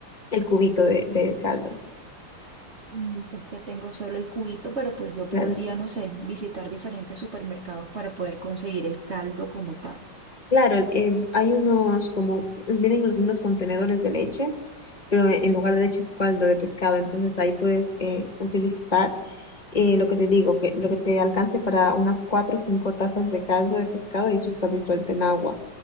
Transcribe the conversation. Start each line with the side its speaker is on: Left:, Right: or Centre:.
Left: el cubito de, de caldo?
Right: Mm, Es que tengo solo el cubito, pero pues yo podría,
Left: Claro,
Right: no sé, visitar diferentes supermercados para poder conseguir el caldo como tal.
Left: claro, el- eh, hay unos como, pues, vienen en los mismos contenedores de leche, pero en lugar de leche es caldo de pescado, entonces ahí puedes eh, utilizar eh, lo que te digo, que lo que te alcance para unas cuatro o cinco tazas de caldo de pescado y eso está disuelto en agua.